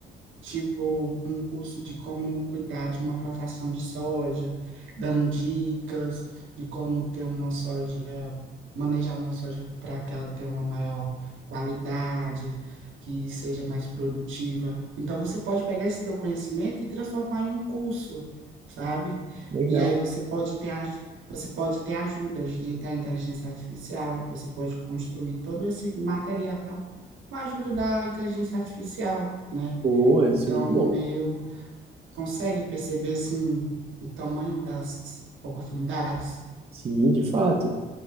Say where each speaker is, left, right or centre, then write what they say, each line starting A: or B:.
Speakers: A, on the right (about 75°); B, on the right (about 30°).
A: tipo um curso de como cuidar de uma plantação de soja, dando dicas de como ter uma soja, manejar uma soja para que ela tenha uma maior qualidade, que seja mais produtiva. Então você pode pegar esse teu conhecimento e transformar em um curso, sabe?
B: Legal.
A: E aí você pode ter aj- Você pode ter ajuda, hoje em dia tem a inteligência artificial, você pode construir todo esse material com a ajuda da inteligência artificial, né?
B: Boa, isso
A: Então,
B: é muito
A: meu,
B: bom.
A: consegue perceber assim o tamanho das oportunidades?
B: Sim, de fato.